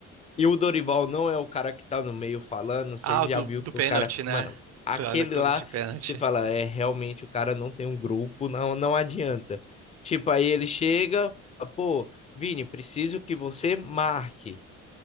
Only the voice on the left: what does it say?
E o Dorival não é o cara que tá no meio falando, você
já
viu
que
o cara,
mano, aquele
lá,
você fala, é realmente o cara não tem um grupo, não, não adianta. Tipo, aí ele chega, fala, pô, Vini, preciso que você marque.